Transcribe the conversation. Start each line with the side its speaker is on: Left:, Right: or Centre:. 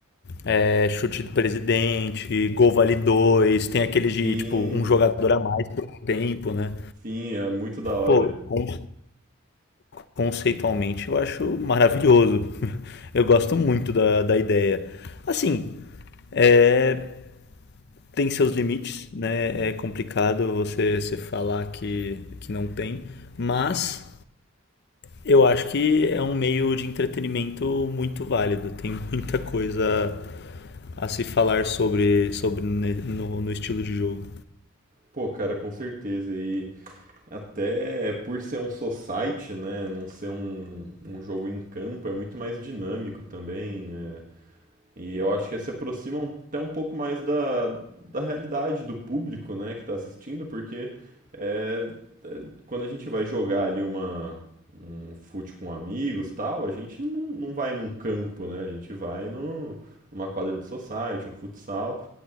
Left: é, chute do presidente, gol vale dois, tem aquele
Right: Sim,
Left: de, tipo, um jogador a mais por um tempo, né?
Right: sim, é muito da hora.
Left: Pô, con- conceitualmente eu acho maravilhoso. <laughs> Eu gosto muito da, da ideia. Assim, é, tem seus limites, né? É complicado você, você falar que, que não tem, mas eu acho que é um meio de entretenimento muito válido. Tem muita coisa a se falar sobre, sobre no, no estilo de jogo.
Right: Pô, cara, com certeza. E até por ser um society, né, não ser um, um jogo em campo, é muito mais dinâmico também. é, E eu acho que se aproxima um- até um pouco mais da, da realidade do público, né, que está assistindo, porque é, é, quando a gente vai jogar ali uma, um fute com amigos tal, a gente não, não vai num campo, né, a gente vai no, numa quadra de society, um futsal.